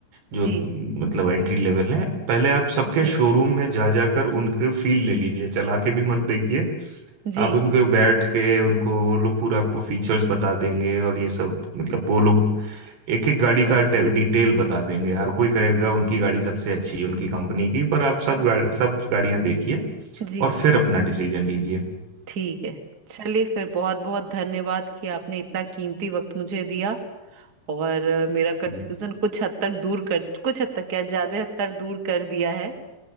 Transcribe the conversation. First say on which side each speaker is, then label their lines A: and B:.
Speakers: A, on the right (about 80°); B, on the right (about 30°).
A: जो
B: जी
A: अम, मतलब एंट्री लेवल है पहले आप सबके
B: ओके
A: शोरूम में जा जाकर उनके फील ले लीजिए चला के भी मत देखिए
B: जी
A: आप उनको बैठ के उनको वो लोग पूरा आपको फीचर्स बता देंगे और ये सब मतलब वो लोग एक एक गाड़ी का टे- डिटेल बता देंगे हर कोई कहेगा उनकी गाड़ी सबसे अच्छी है उनकी कंपनी की पर आप सब गाड़ी सब गाड़ियां देखिए
B: जी
A: और फिर अपना डिसीजन लीजिए
B: ठीक है चलिए फिर बहुत बहुत धन्यवाद कि आपने इतना कीमती वक्त मुझे दिया और अ, मेरा कंफ्यूजन
A: जी।
B: कुछ हद तक दूर कर कुछ हद तक क्या ज्यादा हद तक दूर कर दिया है